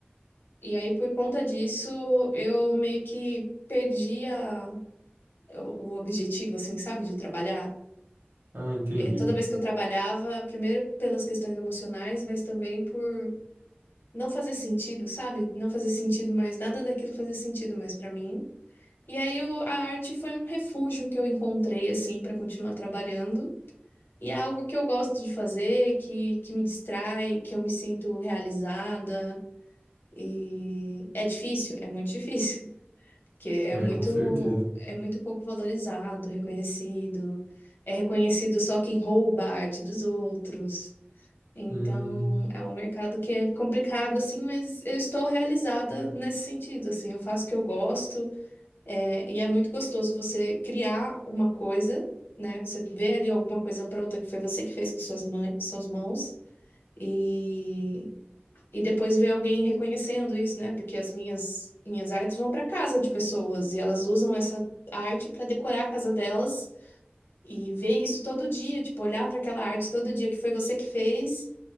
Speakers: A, on the left; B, on the right.
A: E aí, por conta disso, eu meio que perdi a, o o objetivo, assim, sabe, de trabalhar.
B: Ah, entendi.
A: É, toda vez que eu trabalhava, primeiro pelas questões emocionais, mas também por não fazer sentido, sabe? Não fazer sentido mais, nada daquilo fazia sentido mais para mim. E aí o- a arte foi um refúgio que eu encontrei assim para continuar trabalhando. E é algo que eu gosto de fazer, que, que me distrai, que eu me sinto realizada. E é difícil, é muito difícil, <laughs> porque é
B: É,
A: muito
B: com certeza.
A: é muito pouco valorizado, reconhecido. É reconhecido só quem rouba a arte dos outros. Então,
B: Hum,
A: é um mercado que é complicado assim, mas eu estou realizada nesse sentido, assim, eu faço o que eu gosto. É, e é muito gostoso você criar uma coisa, né? Você vê ali alguma coisa pronta que foi você que fez com suas mãos, suas mãos e, e depois ver alguém reconhecendo isso, né? Porque as minhas, minhas artes vão para casa de pessoas e elas usam essa arte para decorar a casa delas e ver isso todo dia, tipo, olhar para aquela arte todo dia que foi você que fez